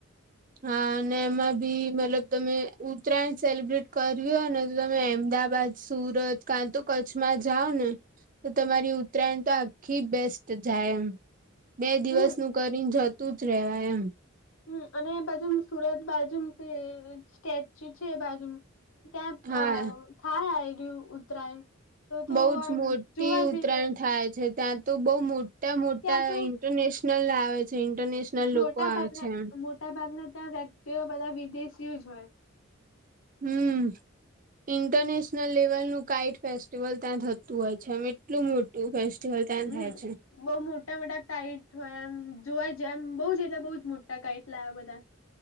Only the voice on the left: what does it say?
હમ
હમ્મ અને એ બાજુ સુરત બાજુ મ તી સ્ટેચ્યુ છે એ બાજુમ ત્યાં
અ થાહે આ રહયું ઉત્તરાયણ તો તો
આમ
જોવા
જ
ત્યાં તો
મોટા
ભાગના
મોટા ભાગના ત્યાં વ્યક્તિઓ બધા વિદેશીઓ જ હોય.
હમ
બઉ મોટા મોટા કાઈટ હોય એમ જોવાય જાય એમ બહુ જ એટલે બઉ જ મોટા કાઉટ લાવે બધાં.